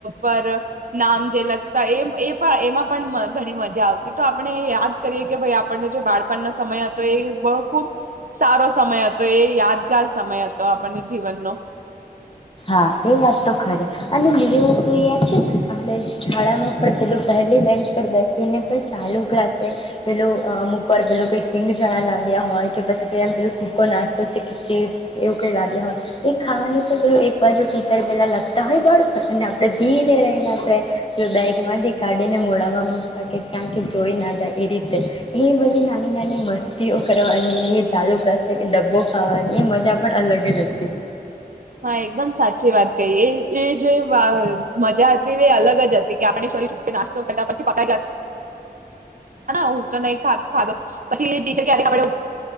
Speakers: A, on the right; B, on the left.
A: પર, નામ જે લગતા એમાં પણ ઘણી મજા આવતી તો આપણે યાદ કરીએ કે ભાઈ આપણનો જે બાળપણનો સમય હતો એ બ ખૂબ સારો સમય હતો એ યાદગાર સમય હતો આપણને જીવનનો.
B: હા એ વાત તો ખરી અને બીજી વસ્તુ એ યાદ છે આપણે શાળામાં પણ પે પહેલી બેન્ચ પર બેસીને પણ એ વાત તો ખરી અને પેલુ યાદ છે શાળા માં પહેલી બેન્ચ ચાલુ ક્લાસે પેલું અમુકવાર પે કઈક સિંગ ચણા લાવ્યા હોય કે પછી પે સૂકો નાસ્તો છે ચીપ્સ એવું કઈ લાવ્યા હોય એ ખાવાનું તો પેલું પપ્પા જો ટીચર પેલા લખતા હોય બળ પર અને આપડણે ધીરે રહીને આપણે બેગ માંથી કાઢીને મોડામાં મૂકતા, કે ક્યાં કે જોઈ ના જાય એ રીતે એ બધી નાની નાની મસ્તીઓ કરવાની. અને એ ચાલુ કરશે કે ડબ્બો ખાવાની, એ મજા પણ અલગ જ હતી.
A: હા, એકદમ સાચી વાત કહી, એ એ જે મજા હતી, એ અલગ જ હતી કે, આપણે શરીરથી નાસ્તો કરતા, પછી પ જ હું તો નહી. ખાધો, પછી ટીચર આપડે.